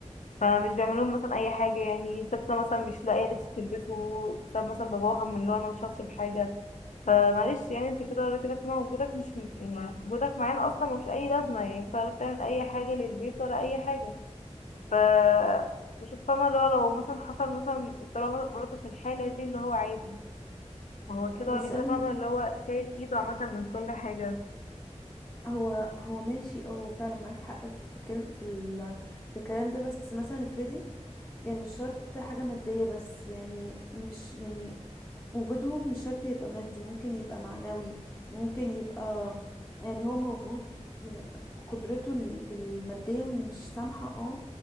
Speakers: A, on the left (about 85°); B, on the left (about 20°).
A: فمش بيعمل لهم مثلا اي حاجه يعني طفله مثلا مش لاقيه لبس تلبسه بسبب مثلا باباها من اللي هو انا مش هصرف حاجه فمعلش يعني انت كده قلت لك وجودك مش م- يعني وجودك معانا اصلا ملوش اي لازمه يعني انت ولا بتعمل اي حاجه للبيت ولا اي حاجه ف بشوف فاهمة اللي هو لو مثلا حصل مثلا الطلاق برضه في الحالة دي اللي هو عادي ما هو كده
B: بس
A: ولا كده
B: انا
A: فاهمة
B: م-
A: اللي هو شايل ايده عامة من كل حاجة
B: هو هو ماشي اه هو فعلا معاكي حق في الكلم في ال... في الكلام ده بس مثلا افرضي يعني مش شرط حاجة مادية بس يعني مش يعني وجودهم مش شرط يبقى مادي ممكن يبقى معنوي ممكن يبقى يعني هو موجود م- قدرته ال- المادية مش سامحة اه